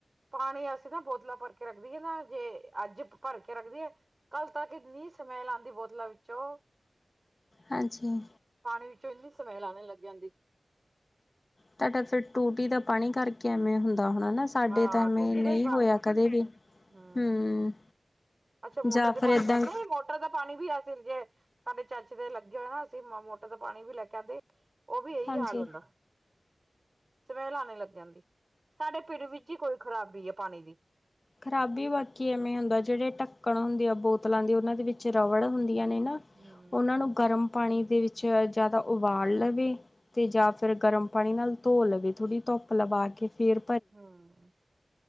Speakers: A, on the right; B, on the left.
A: ਪਾਣੀ ਅਸੀ ਨਾ ਬੋਤਲਾਂ ਭਰ ਕੇ ਰੱਖਦੀਏ ਨਾ ਜੇ ਅੱਜ ਇੱਕ ਭਰ ਕੇ ਰੱਖਦੀਏ ਕੱਲ ਤੱਕ ਇੰਨੀ ਸਮੈਲ ਆਂਦੀ ਬੋਤਲਾਂ ਵਿੱਚੋਂ
B: ਹਾਂਜੀ।
A: ਪਾਣੀ ਵਿੱਚੋਂ ਇੰਨੀ ਸਮੈਲ ਆਨੇ ਲੱਗ ਜਾਂਦੀ
B: ਤੁਆਡਾ ਫੇਰ ਟੂਟੀ ਦਾ ਪਾਣੀ ਕਰਕੇ ਐਵੇਂ ਹੁੰਦਾ ਹੋਣਾ ਨਾ ਸਾਡੇ
A: ਹਾਂ
B: ਤਾਂ ਐਵੇਂ
A: ਟੂਟੀ
B: ਨਈ
A: ਦਾ ਹੀ ਪਾਣੀ
B: ਹੋਇਆ
A: ਆ
B: ਕਦੇ ਵੀ,
A: ਹਮ
B: ਹੂੰ।
A: ਅੱਛਾ ਮੋਟਰ
B: ਜਾਂ
A: ਦੇ ਪਾਣੀ,
B: ਫਿਰ ਏਦਾਂ
A: ਨਈ ਮੋ ਟਰ ਦਾ ਪਾਣੀ ਵੀ ਅਸੀ ਜੇ ਸਾਡੇ ਚਾਚੇ ਦੇ ਲੱਗੇ ਹੋਏ ਨਾ ਅਸੀ ਮ ਮੋਟਰ ਦਾ ਪਾਣੀ ਵੀ ਲੈ ਕੇ ਆਂਦੇ। ਔ ਵੀ ਐਈ
B: ਹਾਂਜੀ
A: ਹਾਲ ਹੁੰਦਾ। ਸਮੈਲ ਆਣੇ ਲੱਗ ਜਾਂਦੀ। ਸਾਡੇ ਪਿੰਡ ਵਿੱਚ ਈ ਕੋਈ ਖ਼ਰਾਬੀ ਐ ਪਾਣੀ ਦੀ।
B: ਖਰਾਬੀ ਬਾਕੀ ਐਵੇਂ ਹੁੰਦਾ ਜੜੇ ਢੱਕਣ ਹੁੰਦੇ ਆ ਬੋਤਲਾਂ ਦੀ ਔਨਾਂ ਦੇ ਵਿੱਚ ਰਬੜ ਹੁੰਦੀਆਂ ਨੇ ਨਾ
A: ਹੂੰ।
B: ਔਨਾਂ ਨੂੰ ਗਰਮ ਪਾਣੀ ਦੇ ਵਿੱਚ ਜਾ ਤਾਂ ਉਬਾਲ ਲਵੇ ਤੇ ਜਾਂ ਫੇਰ ਗਰਮ ਪਾਣੀ ਨਾਲ ਧੋ ਲਵੇ। ਥੋੜ੍ਹੀ ਧੁੱਪ ਲਵਾ ਕੇ ਫੇਰ
A: ਹੂੰ,